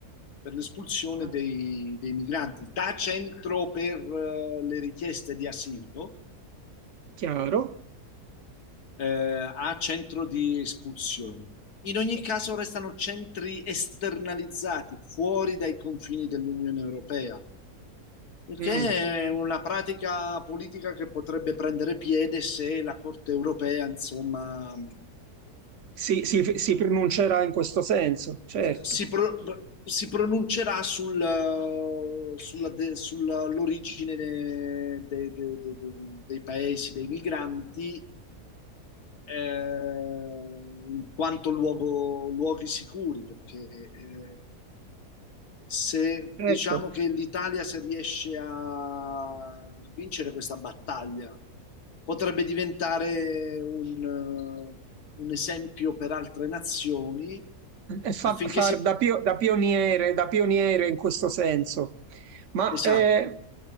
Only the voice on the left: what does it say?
per l'espulsione
dei, dei migranti, da centro per eh, le richieste di asilo
eh, a centro di espulsione. In ogni caso restano centri esternalizzati, fuori dai confini dell'Unione Europea Il
che è una pratica politica che potrebbe prendere piede se la Corte europea, insomma,
si, pro- si pronuncerà sul, eh, sulla de- sull'origine de- de- de- de- de, dei paesi, dei migranti, eh, in quanto luogo- luoghi sicuri, perché eh, se
diciamo che l'Italia se riesce a vincere questa battaglia potrebbe diventare un, eh, un esempio per altre nazioni
affinché
si...
Esatto.